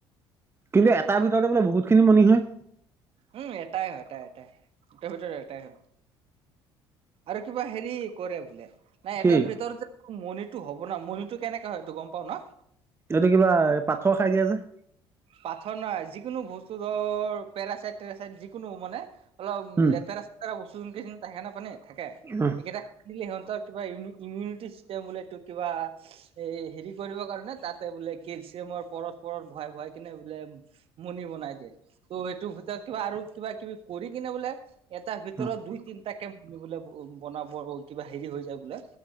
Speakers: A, on the right; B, on the right.
A: কিন্তু এটাৰ ভিতৰতে বোলে বহুত খিনি মণি হয়
B: উম এটাই হয় এটাই এটাই ভিতৰত এটাই হয় আৰু কিবা হেৰি কৰে বোলে নাই
A: কি
B: এটাৰ ভিতৰত যে মণিটো হব ন মণিটো কেনেকে হয় এইটো গম পাও ন
A: এইটো কিবা পাথৰ খাই দিয়ে যে
B: পাথৰ নাই যিকোনো বস্তু ধৰ পেৰাচাইট টেৰাচাইট যিকোনো মানে অলপ
A: উম
B: লেতেৰা চেতেৰা বস্তু <unintelligible> থাকে নাপানে থাকে
A: অ
B: এইকেইটা দিলে হ'ল কিব ইমিউনিটি চিষ্টেম বোলে এইটো কিবা এ হেৰি কৰিবৰ কাৰণে তাতে বোলে কেলছিয়ামৰ পৰত পৰত ভয় ভাই কিনে বোলে মণি বনাই দিয়ে ত সেইটোৰ ভিতৰত কিবা আৰু কিবা কিবি কৰি কিনে বোলে এটা ভিতৰত
A: অ
B: দুই তিনিটা। তে বোলে বনাব কিবা হেৰি হৈ যায় বোলে